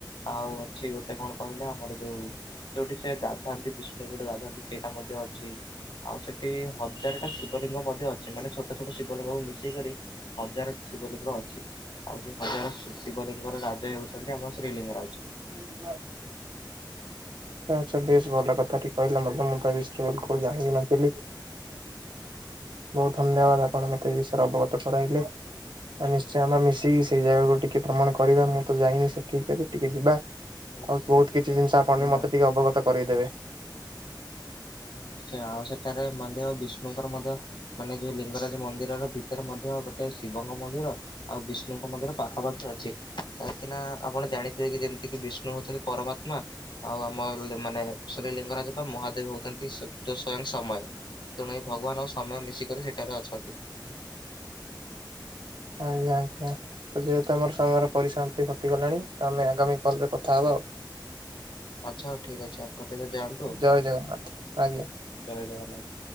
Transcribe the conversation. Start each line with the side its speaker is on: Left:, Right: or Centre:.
Left: ଆଉ ଅଛି ଗୋଟେ କଣ କହିଲେ ଆମର ଯୋଉ ଯୋଉଠି ସେ ଗାଧାନ୍ତି ବିଷ୍ଣୁ ଯୋଉଟେ ଗାଧାନ୍ତି ସେଇଟା ମଧ୍ୟ ଅଛି ଆଉ ସେଠି ହଜାର ଟା ଶିବଲିଙ୍ଗ ମଧ୍ୟ ଅଛି ମାନେ ଛୋଟ ଛୋଟ ଶିବଲିଙ୍ଗକୁ ମିଶିକରି ହଜାର ଟି ଶିବଲିଙ୍ଗ ଅଛି। ଆଉ ସେ ହଜାର ଶିବଲିଙ୍ଗର ରାଜ ହେଉଛନ୍ତି ଆମ ଶ୍ରୀଲିଙ୍ଗରାଜ।
Right: ଚାଲ ଯିବା। ଆଚ୍ଛା ବେଶ ଭଲ କଥା ଟିକେ କହିଲ ମୋତେ ମୁଁ ତ କଉ ଜାଣିବିନ ନଥିଲି। ବହୁତ ଧନ୍ୟବାଦ ଆପଣ ମତେ ଏ ବିଷୟରେ ଅବଗତ କରାଇଲେ ଆଉ ନିଶ୍ଚୟ ଆମେ ମିଶିକି ସେଇ ଜାଗା ଗୁ ଟିକ ଟିକେ ଭ୍ରମଣ କରିବା ମୁଁ ତ ଯାଇନି ସେ ଠିକ ଏବେ ଟିକେ ଯିବା।
Left: ନିଶ୍ଚୟ
Right: ଆଉ ବହୁତ କିଛି ଜିନିଷ ଆପଣ ବି ମତେ ଟିକେ ଅବଗତ କରେଇଦେବେ।
Left: ନିଶ୍ଚୟ ଆଉ ସେଠାରେ ମଧ୍ୟ ବିଷ୍ଣୁଙ୍କର ମଧ୍ୟ ମାନେ ଯୋଉ ଲିଙ୍ଗରାଜ ମନ୍ଦିରର ଭିତରେ ମଧ୍ୟ ଗୋଟେ ଶିବଙ୍କ ମନ୍ଦିର ଆଉ ବିଷ୍ଣୁଙ୍କ ମନ୍ଦିର ପାଖାପାଖି ଅଛି କାହିଁକି ନା ଆପଣ ଜାଣିଥିବେ କି ଯେମିତି କିି ବିଷ୍ଣୁ ବିଷ୍ଣୁ ହଉଛନ୍ତି ପରମଆତ୍ମା ଆଉ ଆମର ମାନେ ଶ୍ରୀଲିିଙ୍ଗରାଜ ବା ମହାଦେବ ହଉଚନ୍ତି ଏଇ ସତ ସ୍ଵୟଂ ସମୟ ତେଣୁ ଏ ଭଗବାନ ଆଉ ସମୟ ମିଶିକରି ସେଠାରେ ଅଛନ୍ତି।
Right: ଆଜ୍ଞା ଆଜ୍ଞା। ତ ଯେହେତୁ ଆମର ସମୟର ପରିଶମାନ୍ତି କଟିଗଲାଣି ତ ଆମେ ଆଗାମୀ କଲରେ କଥାହବା ଆଉ
Left: ଆଚ୍ଛା ହ ଠିକ୍ ଅଛି ଆପଣ ତେବେ ଯାଆନ୍ତୁ
Right: ଜୟ ଜଗନ୍ନାଥ ଆଜ୍ଞା।
Left: ଜୟ ଜଗନ୍ନାଥ।